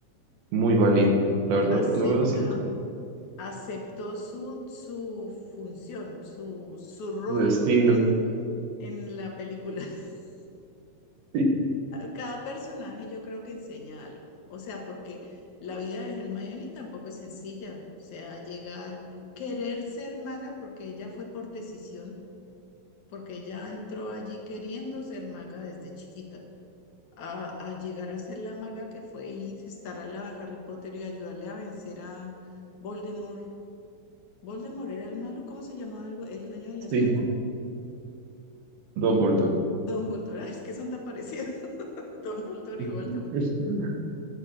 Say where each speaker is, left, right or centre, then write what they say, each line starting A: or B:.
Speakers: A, on the right; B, on the left.
A: muy valiente. La verdad,
B: acepta,
A: lo veo así como
B: aceptó su, su función, su, su rol
A: su destino.
B: en, en la película. <laughs>
A: Sí,
B: Cada personaje yo creo que enseña algo. O sea, porque la vida de Hermione tampoco es sencilla. O sea, llegar, querer ser maga, porque ella fue por decisión, porque ella entró allí queriendo ser maga desde chiquita. A, a llegar a ser la maga que fue y estar al lado de Harry Potter y ayudarle a vencer a Voldemort ¿Voldemort era el malo? ¿Cómo se llamaba el, bu- el dueño de la
A: sí.
B: escuela?
A: Dumbledore.
B: Dumbledore. Ay, es que son tan parecidos. <laughs> Dumbledore
A: <laughs>
B: y Voldemort.